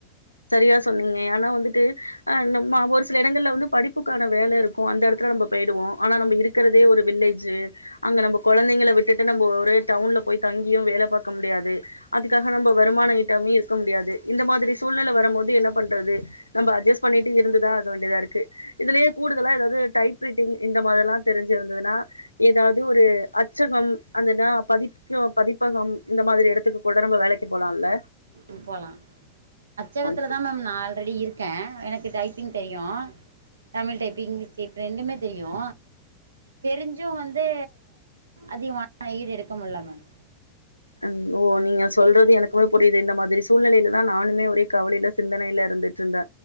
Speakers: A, on the left; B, on the right.
A: சரியா சொன்னிங்க ஆனா வந்துட்டு ஆ நம்ம ஒரு சில இடங்கள்ல வந்து படிப்புக்கான வேல இருக்கு அந்த எடத்துல நம்ம போயிடுவோ ஆனா நம்ப இருக்கறதே ஒரு வில்லேஜு அங்க நம்ப கொழந்தைங்கள விட்டுட்டு நம்ம ஒரு டவுன்ல போய் தங்கியு வேல பாக்க முடியாது அதுக் காக நம்ம வருமான ஈட்டாமையு இருக்க முடியாது இந்த மாதிரி சூழ்நிலை வரும் போது என்ன பண்றது நம்ம அட்ஜஸ்ட் பண்ணிட்டு இருந்துதா ஆக வேண்டியதா இருக்கு இதுலயே கூடுதலா ஏதாவது டைப் ரைட்டிங் இந்த மாதிரி எல்லாம் தெரிஞ்சிருந்ததுன்னா ஏதாவது ஒரு அச்சகம் அந்தன்னா பதி பதிப்பகம் இந்த மாரி இடத்துக்கு கூட நம்ம வேலைக்கு போலாம்ல
B: ம் போலா அச்சகத்துல
A: சரி
B: தான் மேம் நான் ஆல்ரெடி இருக் க்கே எனக்கு டைப்பிங் தெரியு தமிழ் டைப்பிங் இங்லிஷ் டைப் ரெண்டுமே தெரியு தெரிஞ்சு வந்து அதிகமான ஈடு எடுக்க முல்ல மேம்
A: ம் ஓ நீங்க சொல்றது எனக்குமே புரியுது இந்த மாதிரி சூழ்நிலைலதா நானுமே ஒரே கவலைல சிந்தனைல இருந்துட்ருந்த